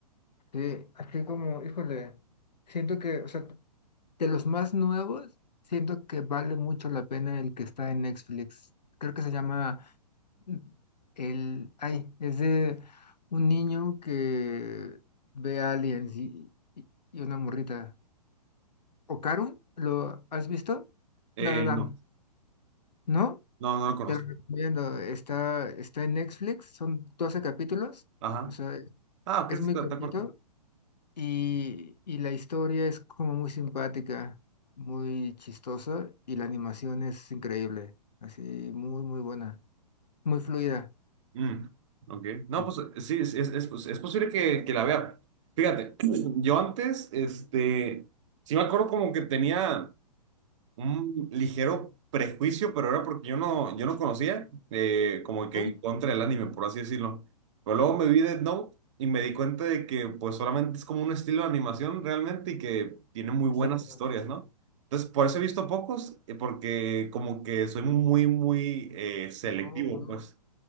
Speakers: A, on the left; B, on the right.
A: Sí, así como, híjole, siento que, o sea, de los más nuevos, siento que vale mucho la pena el que está en Netflix. Creo que se llama mm, el, ay, es de un niño que ve aliens y, y- y una morrita. ¿Ocarun? ¿Lo has visto?
B: Eh,
A: La La Land,
B: no,
A: ¿no?
B: no, no lo conozco.
A: Te lo recomiendo. Está, está en Netflix, son 12 capítulos.
B: Ajá.
A: O sea,
B: Ah, ok,
A: es
B: está
A: muy cortito.
B: corta.
A: Y, y la historia es como muy simpática, muy chistosa y la animación es increíble, así muy, muy buena, muy fluida.
B: Mm, ok. No,
A: En-
B: pues sí, es, es, es, pues, es posible que, que la vea. Fíjate, <clears throat> yo antes, este, sí me acuerdo como que tenía un ligero prejuicio, pero era porque yo no, yo no conocía, eh, como que
A: Ay,
B: en contra del anime, por así decirlo. Pero luego me vi Death Note y me di cuenta de que pues solamente es como un estilo de animación realmente y que tiene muy buenas
A: Exacto.
B: historias, ¿no? Entonces, por eso he visto pocos, eh, porque como que soy muy, muy eh, selectivo,
A: Oh, wow.
B: pues.